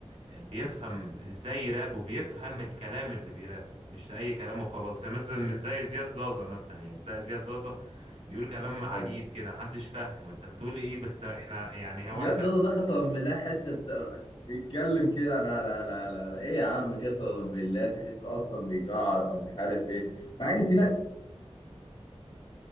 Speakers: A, on the right; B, on the left.
A: آه، بيفهم ازاي يراب وبيفهم الكلام اللي بيراب مش اي كلام وخلاص يعني مثلا مش زي زياد زازا مثلا يعني تلاقي زياد زازا بيقول كلام عجيب
B: والله
A: كده محدش فاهمه انت بتقول ايه بس احنا يعني هو
B: زياد
A: احنا
B: زادة ده قسما بالله حتة ت- بيتكلم كده لا لا لا لا لا إيه يا عم قسما بالله تحس أصلا بيجعر أو مش عارف إيه مع إن في ناس